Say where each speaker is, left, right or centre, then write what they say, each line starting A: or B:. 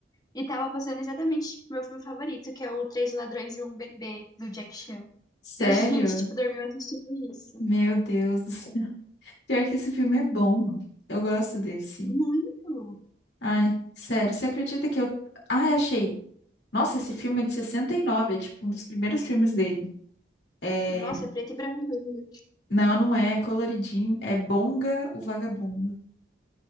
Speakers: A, on the left (about 20°); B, on the left (about 70°).
A: e tava passando exatamente o meu filme favorito, que é o Três Ladrões e um Bebê, do Jack Chan.
B: Sério?
A: Daí a <laughs> gente, tipo, dormiu assistindo isso.
B: Meu Deus do céu. <laughs> Pior que esse filme é bom. Eu gosto desse.
A: Muito!
B: Ai, sério, você acredita que eu. Ah, é, achei. Nossa, esse filme é de 69, é tipo um dos primeiros filmes dele. É...
A: Nossa, é preto e branco ainda.
B: Não, não é é coloridinho, é Bonga o Vagabundo.